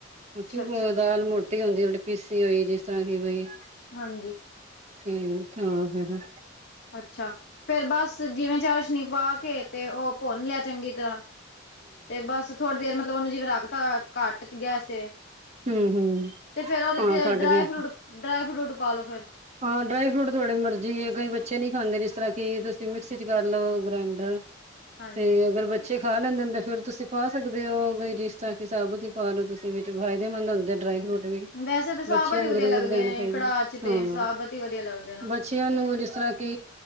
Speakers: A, on the left; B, on the right.
A: ਅੱਛਾ
B: ਕਿਉਂਕਿ
A: ਅੱਛਾ
B: ਦਾਲ ਮੋਟੀ ਹੁੰਦੀ ਪੀਸੀ ਹੋਈ ਜਿਸ ਤਰ੍ਹਾਂ ਕਿ ਬਈ
A: ਹਾਂਜੀ
B: ਠੀਕ ਠਾਕ ਹੈਨਾ
A: ਅੱਛਾ ਫਿਰ ਬਸ ਜਿਵੇਂ ਚਾਸ਼ਨੀ ਪਾ ਕੇ ਤੇ ਉਹ ਭੁੰਨ ਲਿਆ ਚੰਗੀ ਤਰ੍ਹਾਂ ਤੇ ਬਸ ਥੋੜੀ ਦੇਰ ਮਤਲਬ ਉਹਨੂੰ ਜਿਵੇਨਗਤਾ ਘੱਟ ਗਿਆਸ ਤੇ
B: ਹੂੰ ਹੂੰ
A: ਫੇਰ ਉਹਦੇ
B: ਹਾਂ
A: ਤੇ
B: ਕੱਢ
A: ਡਰਾਈ
B: ਗਏ
A: ਫਰੂਟ ਡਰਾਈ ਫਰੂਟ ਪਾ ਲੋ ਫੇਿਰ
B: ਹਾਂ ਡਰਾਈ ਫਰੂਟ ਤੁਹਾਡੇ ਮਰਜ਼ੀ ਹੈ ਕਈ ਬੱਚੇ ਨਹੀਂੀ ਖਾਂਦੇ ਜਿਸ ਤਰ੍ਹਾਂ ਕਿ ਤੁਸੀਂ ਮਿਕਸੀ ਚ ਕਰ ਲਓ ਗ੍ਰੈਂਡਰ
A: ਹਾਂਜੀ
B: ਤੇ ਅਗਰ ਬੱਚੇ ਖਾ ਲੈਂਦੇ ਹ ਤਾਂ ਫਿਰ ਤੁਸੀਂ ਪਾ ਸਕਦੇ ਹੋ ਵੀਈ ਜਿਸ ਤਰ੍ਹਾਂ ਕਿ ਸਾਬਤ ਹੀ ਪਾ ਲਓ ਤੁਸੀਂ ਵਿੱਚ ਫਾਇਦੇ ਮੰਦ ਹੁੰਦੇ ਡਰਾਈ ਫਰੂਟ ਵੀ
A: ਵੈਸੇ ਤਾਂ ਸਾਬਤ
B: ਬੱਚਿਆਂ
A: ਹੀ
B: ਨੂੰ
A: ਵਧੀਆ
B: ਜਰੂਰ
A: ਲੱਗਦੇ
B: ਦੇਣਾ
A: ਨੇ
B: ਚਾਹੀਦਾ
A: ਕੜਾਹ ਚ ਤੇ
B: ਹਾਂ
A: ਸਾਬਤ ਹੀ ਵਧੀਆ ਲੱਗਦੇ ਨੇ
B: ਬੱਚਿਆਂ ਨੂੰ ਜਿਸ ਤਰ੍ਹਾਂ ਕਿ